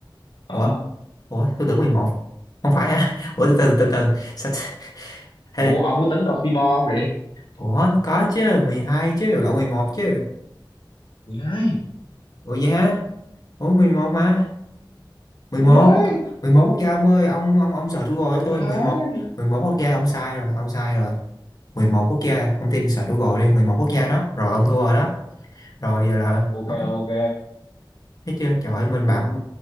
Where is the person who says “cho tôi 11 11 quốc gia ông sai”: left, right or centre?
Left